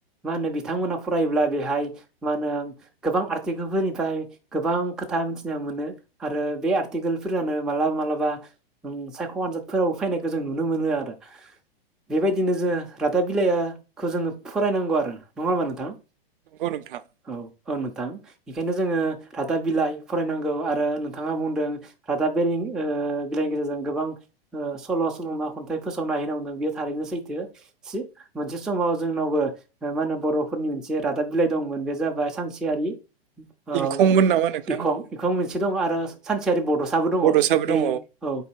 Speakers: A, in the centre; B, on the right (about 55°).
A: मा होनो बिथांमोना फरायोब्ला बेहाय मा होनो गोबां आरटिकेल फोरनिफ्राय गोबां खोथा मिथिना मोनो आरो बे आर्टिकेलफोरानो मा लाबा मालाबा उम सायख' आनजादफोरावो फैनायखौ जों नुनो मोनो आरो बेबायदिनो जों रादाब बिलाइयाखौ जोङो फरायनांगौ आरो नङा होमबा नोंथां
B: नंगौ नोंथां।
A: औ औ नोंथां बेखायनो जोङो रादाब बिलाइ फरायनांगौ आरो नोंथाङा बुंदों दा बे ओ बिलाइनि गेजेरजों ओ गोबां सल' सल'मा खन्थाइ फोसावना हायो होनना बुंदों बेयो थारैनो सैथो सि मोनसे समाव जोंनावबो मा होनो बर'फोरनि मोनसे रादाब बिलाइ दंमोन बे जाबाय सानसे <unintelligible> आ
B: इंखंमोन नामा नोंथां
A: इखं
B: नंगौ
A: इखं मोनसे दं आरो सानसेयारि बड'साबो दङ
B: बड'साबो
A: नै
B: दङ
A: औ